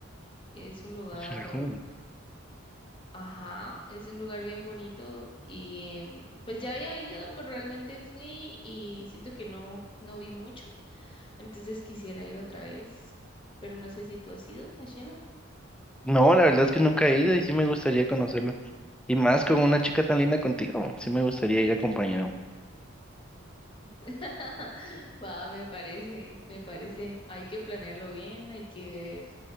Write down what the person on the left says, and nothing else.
es un lugar,
ajá, es un lugar bien bonito y em, pues ya había ido, pero realmente fui y siento que no no vi mucho. Entonces quisiera ir otra vez, pero no sé si tú has ido a Shela.
<laughs> Va, me parece, me parece. Hay que planearlo bien, hay que ver